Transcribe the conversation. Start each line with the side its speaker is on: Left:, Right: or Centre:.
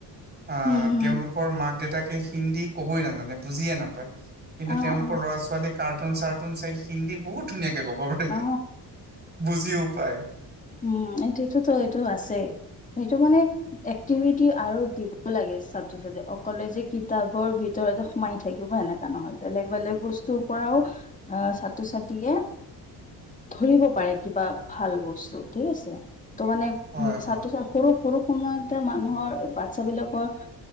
Right: আহ,
Left: উম হম
Right: তেওঁলোকৰ মাক দেউতাকে হিন্দী কবই নাজানে বুজিয়ে নাপায়। কিন্তু
Left: অ
Right: তেওঁলোকৰ
Left: অ
Right: ল'ৰা ছোৱালীয়ে কাৰ্টুন চাৰ্টুন চাই হিন্দী বহুত ধুনীয়াকে কব পাৰে
Left: অ
Right: বুজিও পায়।
Left: উ, সটোটোতো এইটো আছেই সেইটো মানে এক্টিভিটি আৰু দিব লাগে ছাত্ৰ ছাত্ৰী অকলে যে কিতাপৰ ভিতৰতে সোমাই থাকিব সেনেকা নহয় বেলেগ-বেলেগ বস্তু বস্তুৰ পৰাও আহ ছাত্ৰ ছাত্ৰীয়ে
Right: <inaudible>
Left: ধৰিব পাৰে কিবা ভাল বস্তু ঠিক আছে ত' মানে উ
Right: হয় হয়
Left: ছাত্ৰ-ছাত্ৰ সৰু-সৰু সময়তে মানুহৰ বাচ্ছা বিলাকৰ